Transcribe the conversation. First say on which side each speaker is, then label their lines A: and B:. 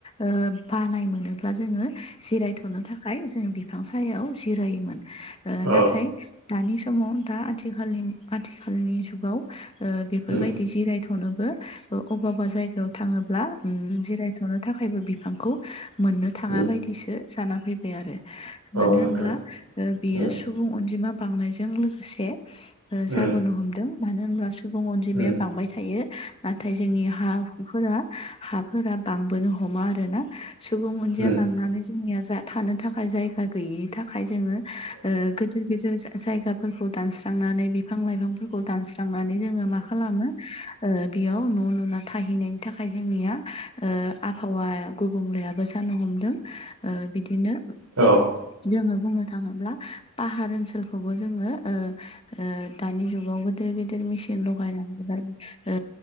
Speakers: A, on the left; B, on the right.
A: ओ बानाय मोनोब्ला जोङो जिरायथ'नो थाखाय खाय जोंङो बिफां सायाव जिरायोमोन ओ
B: औ
A: नाथाय दानि समाव दा आथिखालनि गु आथिखालनि जुगाव ओ बेफोर
B: उम
A: बायदि जिराय थनोबो ओ अबबा अबबा जायगायाव थाङोब्ला उम जिरायथ'नो थाखायबो बिफांखौ मोननो थाङा
B: उम औ
A: बायदिसो जाना फैबाय आरो मानो
B: नोंथां
A: होनब्ला
B: उम
A: ओ
B: उम
A: बियो
B: उम
A: सुबुं अनजिमा बांनायजों लोगोसे ओ
B: उम
A: जाबोनो हमदों मानो होनब्ला सु सुबुं अनजिमाया
B: उम
A: बांबाय थायो। नाथाय जोंनि हा हुफोरा हाफोरा बांबोनो हमा आरोना। सुबुं अनजिया
B: उम औ औ उम
A: बांनानै
B: औ उम औ
A: जोंनिया जा थानो थाखाय जायगा गैयि थाखाय जोङो ओ गोदिर गिदिर जा-जायगाफोरखौ दानस्रांनानै बिफां लाइफांफोरखौ दानस्रांनानै जोङो मा खालामो? ओ बेयाव न' लुना थाहैनायनि थाखाय जोंनिया ओ आबहावा गुबुंलेयाबो सानो हमदों ओ बिदिनो
B: औ
A: जोङो बुंनो थाङोब्ला पाहार ओनसोलखौबो जोङो ओ ओ दानि जुगावबो गोद गिदिर मेसिन लगायनानैहाय ओ